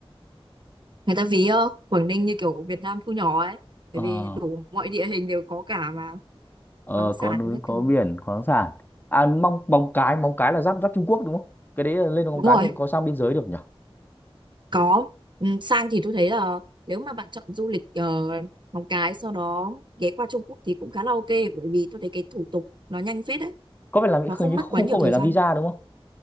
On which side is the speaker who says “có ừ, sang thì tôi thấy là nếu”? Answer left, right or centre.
Right